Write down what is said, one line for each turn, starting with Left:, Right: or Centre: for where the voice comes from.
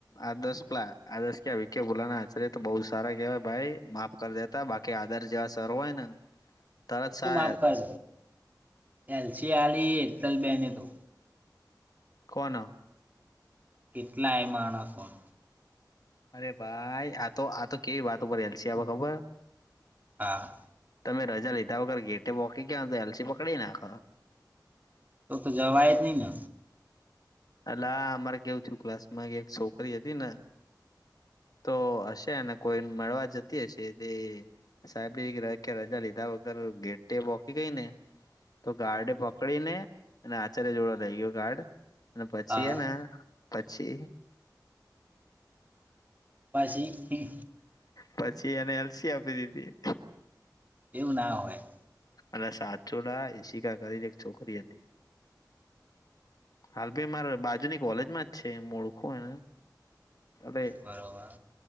Left: આદર્શ પલા આદર્શ કે વિકે ભોલાના આચૅરય તો બહુ સારા કેહેવાય ભાઈ માપ કર દેતા બાકી આદર જેવા સર હોય ને તરત
Right: તું
Left: સા
Right: માફ કર એલસી આલી હેતલ બેહેને તો
Left: કોણ
Right: કેટલા એ માણસોવ
Left: અરે ભાઈ આ તો આ તો કેવી વાત ઉપર એલસી આપે ખબર
Right: હા
Left: તમે રજા લીધા વગર ગેટે બોકી ગ્યા તો એલસી પકડીને આખ
Right: તો તો જવાય જ નહી ને
Left: અલા અમારે કેવું થું ક્લાસ માં એક છોકરી હતી ને તો હશે અને કોઈ મળવા જતી હશે તે સાહેબ રજા લીધા વગર ગેટે બોકી ગઈ ને તો ગાર્ડે પકડીને અને આચાર્ય જોડો લઈ ગયો ગાર્ડ અને પછી
Right: હા
Left: એને પછી
Right: પછી
Left: પછી એને એલસી આપી દીધી
Right: એવું ના હોય
Left: અને સાચો લા એશિકા કરીને એક છોકરી હતી હાલ ભાઈ મારે બાજુની કોલેજમાં જ છે મુ ઓળખું એને અરે
Right: બરોબર